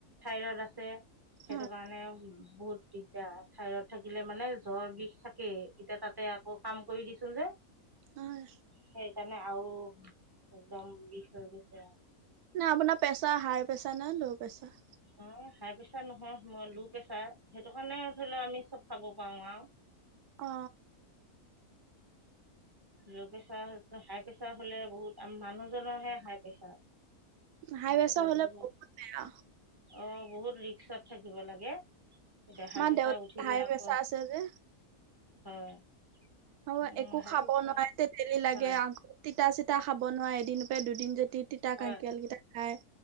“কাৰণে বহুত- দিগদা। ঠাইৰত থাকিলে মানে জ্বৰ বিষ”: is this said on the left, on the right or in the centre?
Right